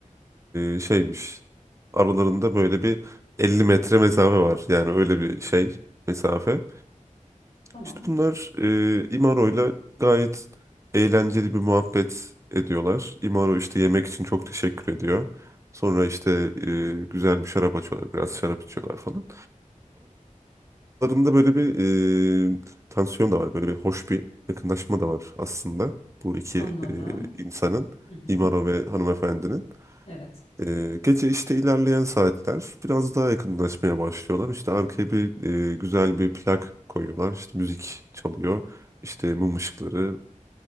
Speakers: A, on the right (about 20°); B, on the left (about 50°).
A: e, şeymiş. Aralarında böyle bir 50 metre mesafe var. Yani öyle bir şey mesafe.
B: Tamam
A: İşte bunlar e, İmaro'yla gayet eğlenceli bir muhabbet ediyorlar. İmaro işte yemek için çok teşekkür ediyor. Sonra işte e, güzel bir şarap açıyorlar, biraz şarap içiyorlar falan. Aralarında böyle bir e, tansiyon da var, böyle bir hoş bir yakınlaşma da var aslında bu iki
B: anladım.
A: e, insanın,
B: Hı hı.
A: İmaro ve hanımefendinin.
B: Evet.
A: Ee, gece işte ilerleyen saatler biraz daha yakınlaşmaya başlıyorlar. İşte arkaya bir e, güzel bir plak koyuyorlar. İşte müzik çalıyor. İşte mum ışıkları,